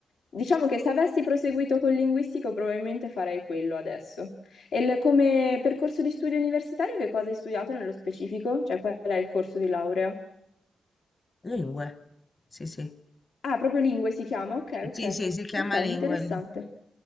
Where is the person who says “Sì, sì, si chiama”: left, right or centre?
Left